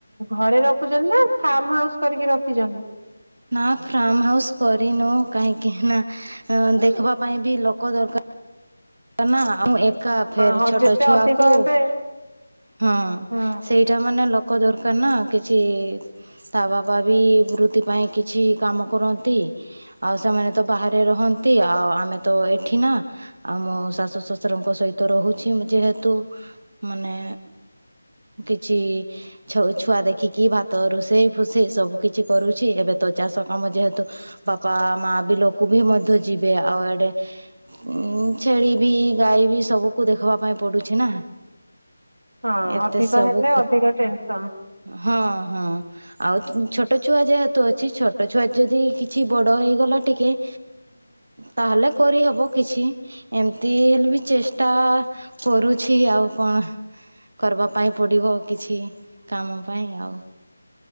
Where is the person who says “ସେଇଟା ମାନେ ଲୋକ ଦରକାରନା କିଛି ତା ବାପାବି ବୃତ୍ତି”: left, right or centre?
Right